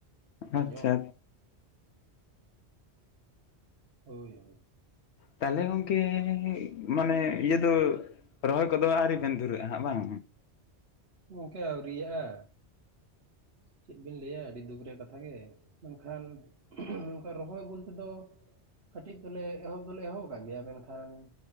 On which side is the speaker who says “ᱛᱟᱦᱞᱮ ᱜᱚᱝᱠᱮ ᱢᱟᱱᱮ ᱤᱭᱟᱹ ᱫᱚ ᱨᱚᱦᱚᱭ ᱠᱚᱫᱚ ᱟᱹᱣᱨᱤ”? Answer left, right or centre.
Left